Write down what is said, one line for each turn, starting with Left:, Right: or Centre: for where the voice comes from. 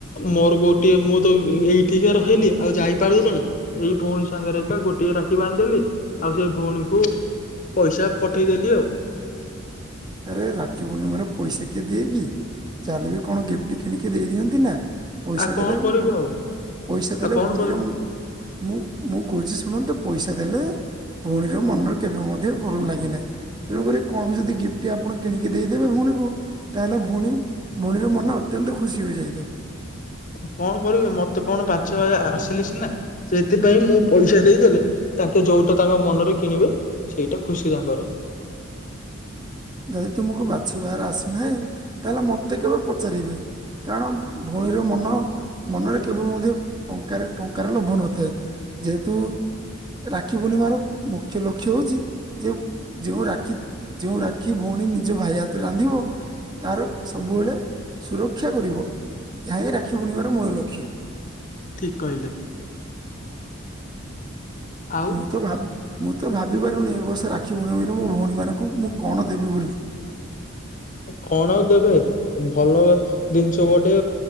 Left: ମୋର ଗୋଟିଏ ମୁଁ ତ ଏଇଠିକା ରହିଲି ଆଉ ଯାଇପାରିଲିଣି ଏଇ ଭଉଣୀ ସାଙ୍ଗରେ ଏକା ଗୋଟିଏ ରାକ୍ଷୀ ବାନ୍ଧିଦେଲି ଆଉ ସେଇ ଭଉଣୀକୁ ପଇସା ପଠେଇଦେଲି ଆଉ। <inaudible>
Right: ଆରେ ରାକ୍ଷୀ ପୂର୍ଣ୍ଣିମା ରେ ପଇସା କିଏ ଦିଏ କି ଯାହାେଲେବି କଣ ଗିଫ୍ଟ କିଣିକି ଦେଇଦିଅନ୍ତି ନା। ପଇସା
Left: ଆଉ କଣ
Right: ଦେଲେ
Left: କରିବି
Right: ଭୋ
Left: ଆଉ
Right: ପଇସା ଦେଲେ
Left: ଆଉ କଣ
Right: ଭଉଣୀର
Left: କରିବି।
Right: ମୁଁ ମୁଁ କହୁଛି ଶୁଣନ୍ତୁ ପଇସା ଦେଲେ ଭଉଣୀର ମନ କେବେ ମଧ୍ୟ ଭଲ ଲାଗିନାହିଁ ତେଣୁକରି କଣ ବି ଯଦି ଗିଫ୍ଟ ଟି ଆପଣ କିଣିକି ଦେଇଦେବେ ଭଉଣୀକୁ ତାହେଲେ ଭଉଣୀ ଭଉଣୀର ମନ ଅତ୍ୟନ୍ତ ଖୁସି ହେଯାଇଥାଏ।
Left: ହୁଁ କଣ କରିବେ ମତେ କଣ ବାଛ ଆ ଆସିଲେ ସିନା ସେଇଥିପାଇଁ ମୁଁ ପଇସା ଦେଇଦେଲେ ତା ଯୋଉଟା ତାଙ୍କ ମନରେ କିଣିବେ ସେଇଟା ଖୁସି ତାଙ୍କର।
Right: ଯଦି ତୁମକୁ ବାଛିବାର ଆସୁନାହିଁ ତାହେଲେ ମତେ କେବେ ପଚାରିବେ କାରଣ ଭଉଣୀର ମନ ମନରେ କେବେ ମଧ୍ୟ ଟଙ୍କାରେ ଟଙ୍କାର ଲୋଭ ନଥାଏ। ଯେହେତୁ ରାକ୍ଷୀ ପୂର୍ଣ୍ଣିମାର ମୁଖ୍ୟ ଲକ୍ଷ୍ୟ ହଉଛି ଯେ ଯୋଉ ରାକ୍ଷୀ ଯେଉଁ ରାକ୍ଷୀ ଭଉଣୀ ନିଜ ଭାଇ ହାତ ରାନ୍ଧିବ ତାର ସବୁବେଳେ ସୁରକ୍ଷା କରିବ। ଏହା ହିଁ ରାକ୍ଷୀ ପୂଣ୍ଣିବାର ମୂଳ ଲକ୍ଷ୍ୟ।
Left: ଠିକ କହିଲେ। ଆଉ
Right: ମୁଁ ତ ଭାବି ମୁଁ ତ ଭାବି ପାରୁନି ଏ ବର୍ଷ ରାକ୍ଷୀ ପୂର୍ଣ୍ଣମୀରେ ମୋ ଭଉଣୀମାନଙ୍କୁ ମୁଁ କଣ ଦେବି ବୋଲି
Left: କଣ ଆଉ ଦେବେ ଭଲ ଜିନିଷ ଗୋଟେ